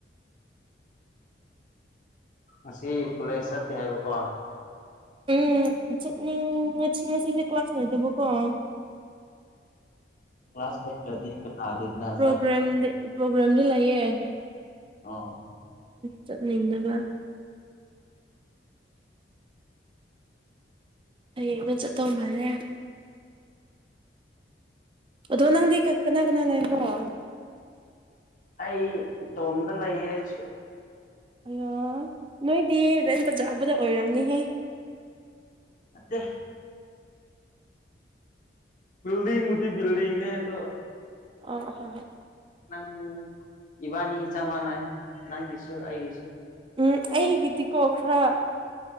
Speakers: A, on the left (about 45°); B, on the right (about 30°).
A: ꯑꯁꯤ ꯀꯂꯦꯁ ꯆꯠꯇꯦ ꯍꯥꯏꯕꯀꯣ
B: ꯎꯝ ꯆꯠꯅꯤꯡ ꯁꯤꯁꯦ ꯀ꯭ꯂꯥꯁ ꯂꯩꯇꯦꯕꯣꯀꯣ ꯑ
A: ꯀ꯭ꯂꯥꯁ ꯂꯩꯇ꯭ꯔꯗꯤ ꯀꯅꯥꯗꯩꯅ
B: ꯄ꯭ꯔꯣꯒ꯭ꯔꯥꯝ
A: ꯆꯠ
B: ꯄ꯭ꯔꯣꯒ꯭ꯔꯥꯝꯗꯤꯦ ꯂꯩꯑꯌꯦ
A: ꯑꯥ
B: ꯆꯠꯅꯤꯡꯗꯕ ꯌꯦꯉ ꯆ ꯇꯣꯝꯕꯜꯦ ꯑꯗꯣ ꯅꯪꯗꯤ ꯀꯅꯥ ꯀꯅꯥ ꯂꯑꯕ
A: ꯑꯩ ꯏꯇꯣꯝꯗ ꯂꯩꯌꯦ ꯑꯩꯁꯨ
B: ꯑ ꯅꯣꯏꯗꯤ ꯔꯦꯟ ꯕꯖꯥ ꯑꯃꯗ ꯑꯣꯏꯔꯝꯅꯤꯍꯦ
A: ꯃꯦ ꯕꯤꯗꯤꯡꯕꯨꯗꯤ ꯤꯜꯗꯤꯡꯅꯦꯣ
B: ꯑꯣ ꯍ ꯍ
A: ꯅꯪ ꯏꯕꯥꯅꯤ ꯆ ꯃꯥꯟꯅꯩ ꯅꯪꯒꯤꯁꯨ ꯑꯩꯒꯤꯁꯨ
B: ꯎꯝ ꯑꯩꯒꯤꯗꯤꯀꯣ ꯈꯔ